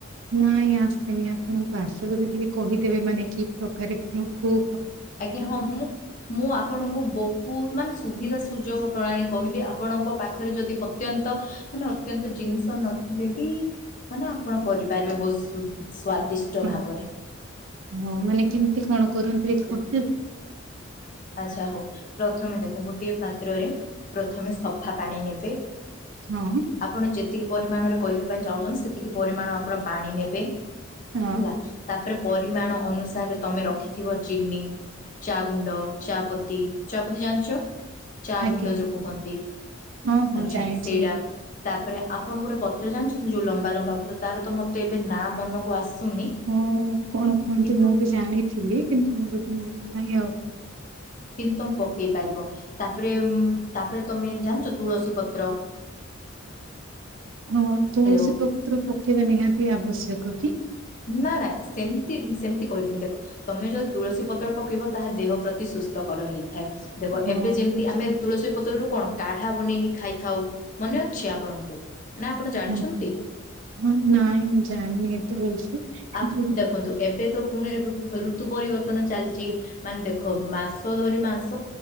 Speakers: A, on the right; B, on the left.
A: ନାଇଁ ଆସେନି ଆପଣଙ୍କୁ ଆସେ ବୋଲି ଟିକେ କହିଦେବେ ମାନେ କି ପ୍ରକରକୋ
B: ଆଜ୍ଞା ହଁ ମୁଁ ମୁଁ ଆପଣଙ୍କୁ ବହୁତ ମାନେ ସୁବିଧା ସୁଯୋଗ ପ୍ରଣାଳୀ କହିବି ଆପଣଙ୍କ ପାଖରେ ଯଦି ଅତ୍ୟନ୍ତ ମାନେ ଅତ୍ୟନ୍ତ ଜିନିଷ ନଥିଲେ ବି ମାନେ ଆପଣ କରିପାରିବେ ବହୁତ ସ୍ଵାଦିଷ୍ଟ
A: ହଁ
B: ଭାବରେ
A: ହଁ ମାନେ କେମିତି କଣ କରନ୍ତି?
B: ଆଚ୍ଛା ହଉ ପ୍ରଥମେ ଦେଖ ଗୋଟିଏ ପାତ୍ରରେ ପ୍ରଥମେ ସଫା ପାଣି ନେବେ।
A: ହଁ
B: ଆପଣ ଯେତିକି ପରିମାଣରେ କରିବା ପାଇଁ ଚାହୁଁଛନ୍ତି ସେତିକି ପରିମାଣ ଆପଣ ପାଣି ନେବେ।
A: ହଁ
B: ହେଲା ତାପରେ ପରିମାଣ ଅନୁସାରେ ତମେ ରଖିଥିବ। ଚିନି ଚା ଗୁଣ୍ଡ ଚାପତି ଚାହାପତି ଜାଣିଛ। ଚା
A: ଆଜ୍ଞା
B: ଗୁଣ୍ଡ ଯୋଉ କୁହନ୍ତି
A: ହଁ ହଁ
B: ଆଛା
A: ଜାଣିଛି।
B: ସେଇଟା ତାପରେ ଆପଣ ଗୋଟେ ପତ୍ର ଜାଣିଛନ୍ତି ଯୋଉ ଲମ୍ବା ଲମ୍ବା ପତ୍ର ତାର ତ ମତେ ଏବେ ନା ମନକୁ ଆସୁନି
A: ହଁ କଣ କୁହନ୍ତିୁ
B: କିନ୍ତୁ
A: ମୁଁ ବି ଜାଣିଥିଲି କିନ୍ତୁ ମୋର ବି ମନେ ନାହିଁ ଆଉ
B: କିନ୍ତୁ ତମେ ପକେଇ ପାରିବ ତାପରେ ତାପରେ ତମେ ଜାଣିଛ ତୁଳସୀ ପତ୍ର।
A: ହଁ ତୁଳସୀ
B: ହ୍ୟାଲୋ
A: ପତ୍ର ପକେଇବା ନିହାତି ଆବଶ୍ୟକ କି
B: ନା ନା ସେମିତି ସେମିତି କହିବିନି ଦେଖ। ତମେ ଯଦି ତୁଳସୀ ପତ୍ର ପକେଇବ ତାହା ଦେହ ପ୍ରତି ସୁସ୍ଥକର ହେଇ ଥାଏ ଦେଖ
A: ହଁ
B: ଏବେ ଯେମିତି ଆମେ ତୁଳସୀ ପତ୍ରରୁୁ କଣ କାଢା ବନେଇକି ଖାଇଥାଉ ମନେ ଅଛି ଆପଣଙ୍କୁ ନାଁ ଆପଣ ଜାଣିଛନ୍ତି?
A: ଆଜ୍ଞା ହଁ ନାଇଁ ମୁଁ ଜାଣିନି ଏତେ ଭଲସେ। କିନ୍ତୁ
B: ଆ ଦେଖନ୍ତୁ ଏବେ ତ ପୁଣି ରୁ ଋତୁ ପରିବର୍ତ୍ତନ ଚାଲିଚି
A: ହଁ
B: ମାନେ ଦେଖ ମାସ ଧରି ମାସ